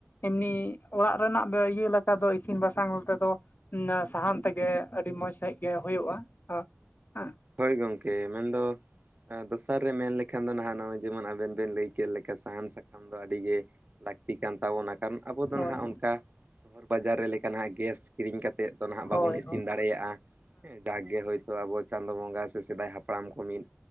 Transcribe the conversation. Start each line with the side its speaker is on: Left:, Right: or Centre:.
Left: ᱮᱢᱱᱤ ᱚᱲᱟᱜ ᱨᱮᱱᱟᱜ ᱤᱭᱟᱹ ᱞᱮᱠᱟ ᱫᱚ ᱤᱥᱤᱱ ᱵᱟᱥᱟᱝ ᱛᱮᱫᱚ ᱥᱟᱦᱟᱱ ᱛᱮᱜᱮ ᱟᱹᱰᱤ ᱢᱚᱸᱡᱽ ᱥᱟᱺᱦᱤᱡ ᱜᱮ ᱦᱩᱭᱩᱜᱼᱟ ᱦᱮᱸ ᱾
Right: ᱦᱳᱭ ᱜᱚᱢᱠᱮ ᱢᱮᱱ ᱫᱚ ᱫᱚᱥᱟᱨ ᱨᱮ ᱢᱮᱱ ᱞᱮᱠᱷᱟᱱ ᱫᱚ ᱱᱟᱦᱟᱜ ᱱᱚᱜᱼᱚᱭ ᱡᱮᱢᱚᱱ ᱟᱵᱮᱱ ᱵᱮᱱ ᱞᱟᱹᱭ ᱠᱮᱫ ᱞᱮᱠᱟ ᱥᱟᱦᱟᱱ ᱥᱟ ᱠᱟᱢ ᱫᱚ ᱟᱹᱰᱤ ᱜᱮ ᱞᱟᱹᱠᱛᱤ ᱠᱟᱱ ᱛᱟᱵᱚᱱᱟ, ᱠᱟᱨᱚᱱ ᱟᱵᱚ ᱫᱚ
Left: ᱦᱳᱭ
Right: ᱱᱟᱦᱟᱜ ᱚᱱᱠᱟ ᱥᱚᱦᱚᱨ ᱵᱟᱡᱟᱨ ᱨᱮ ᱞᱮᱠᱟ ᱱᱟᱦᱟᱜ ᱜᱮᱥ ᱠᱤᱨᱤᱧ ᱠᱟᱛᱮᱫ ᱫᱚ ᱱᱟᱦᱟᱜ
Left: ᱦᱳᱭ
Right: ᱵᱟᱵᱚᱱ ᱤᱥᱤᱱ
Left: ᱦᱳᱭ
Right: ᱫᱟᱲᱮᱭᱟᱜᱼᱟ᱾ ᱦᱮᱸ ᱡᱟᱜᱽ ᱜᱮ ᱦᱚᱭᱛᱚ ᱟᱵᱚ ᱪᱟᱸᱫᱳ ᱵᱚᱸᱜᱟ ᱥᱮ ᱥᱮᱫᱟᱭ ᱦᱟᱯᱲᱟᱢ ᱠᱚ ᱢᱤᱫ